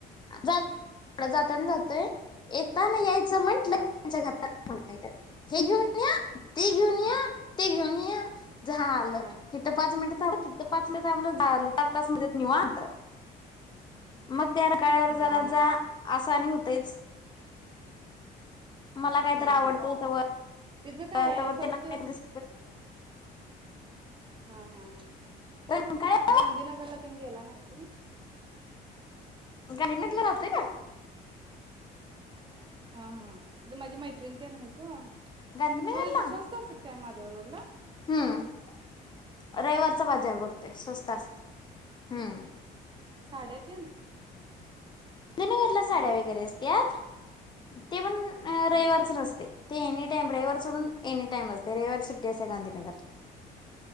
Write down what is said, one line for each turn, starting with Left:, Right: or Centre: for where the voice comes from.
Left: ड जाताना जातोय एकताण यायच. म्हंटलंच्या
Right: हा
Left: घ मा आहे. हे घेऊन या ते घेऊन
Right: हा
Left: या ते घेऊन ये. झा आलं
Right: हा
Left: किथं पाच मिनटं ड तिथ पाच त मग त्या काळा्यावर
Right: हा
Left: जरा जा आसानी तेच मला कायत
Right: हा
Left: आवडतंयथ
Right: हा
Left: व
Right: तिचं काय
Left: तरता वर
Right: फक्त
Left: ते नाही दिस
Right: हा हा
Left: रंकाळ्यात
Right: गांधीनगरला तुम गेला नाही. हम्.
Left: गांधी नगरला राहतोय ना?
Right: हा हा तिथं माझी मैत त्रिन तेन आहेत वो.
Left: गांधीनगरला
Right: हो तिथं स्वस्त असत्यात काय महाद्वार रोडलां?
Left: हम्म रविवारचा बाजार भरतोय स्वस्त असते. हम्म.
Right: साड्या तेन
Left: गनगरला साड्या
Right: हा
Left: वगैरे
Right: हा.
Left: असत्यात. ते पण अ
Right: हा
Left: रइवारच नसतय ते येणीट टाईम रइवार सोडून एनी टाइम असतय, रइवारी सुट्टी असत्या गांधीनगरला.